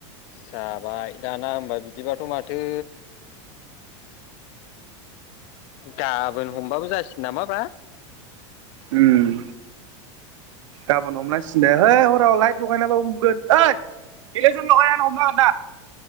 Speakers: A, on the left (about 45°); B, on the right (about 85°).
A: जाबाय दाना होमबा बिदिबाथ' माथो गाबोन हमबाबो जासिगोन नामा बा
B: ओम गाबोन हमनांसिनो दे है हराव लाइट लगायनाबाबो हमगोन ओद इलेकसन लगायनानै हमनांगोन ना